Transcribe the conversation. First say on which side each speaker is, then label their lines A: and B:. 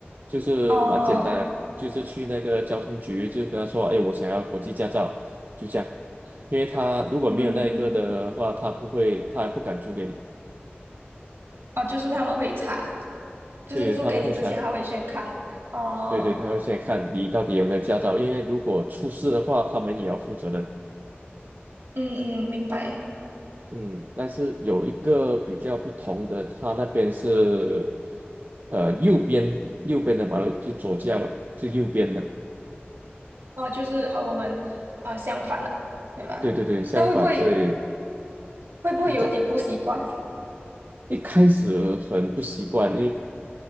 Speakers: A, on the right; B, on the right.
A: 就是蛮简单的就是去那个交通局，
B: <laughs> 哦，
A: 就跟他说，哎，我想要国际驾照，就这样。因为他如果没有那个的话，
B: 嗯，
A: 他不会，他不敢租给你，
B: 哦，就是他们会查，就是租给你之前他会先看，
A: 对，他们会查，
B: 哦，
A: 对对，他会先看你到底有没有驾照，因为如果出事的话，他们也要负责任。
B: 嗯嗯，明白。
A: 嗯，但是有一个比较不同的，他那边是，呃，右边右边的马路就左驾嘛，是右边的，
B: 哦，就是和我们呃相反了，对吧？
A: 对对对，相反，
B: 那会不会
A: 所以
B: 会不会有一点不习惯？
A: 你知道一开始很不习惯，因为